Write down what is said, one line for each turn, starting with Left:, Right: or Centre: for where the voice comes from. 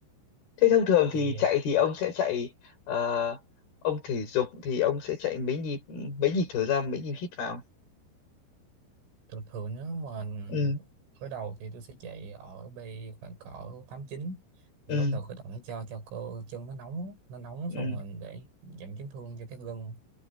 Left: thế thông thường
Right: thì
Left: thì chạy thì ông sẽ chạy ờ, ông thể dục thì ông sẽ chạy mấy nhịp ừ, mấy nhịp thở ra mấy nhịp hít vào
Right: thường thường nếu mà
Left: ừ
Right: khởi đầu thì tôi sẽ chạy ở bay khoảng cỡ tám chín để
Left: ừ
Right: bắt đầu khởi động cho cho cơ chân nó nóng nó nóng
Left: ừ
Right: xong rồi để giảm chấn thương cho các gân